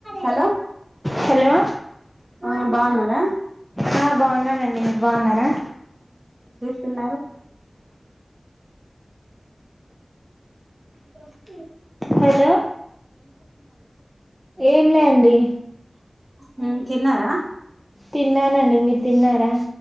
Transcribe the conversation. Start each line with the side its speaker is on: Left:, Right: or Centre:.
Right: హలో
Centre: హలో
Right: ఆ బాగున్నారా
Centre: బాగున్నారా బాగున్నానండి మీరు బాగున్నారా
Right: తున్నారు నొప్పి
Centre: హలో ఏం లే అండి
Right: హ తిన్నారా
Centre: తిన్నానండి మీరు తిన్నారా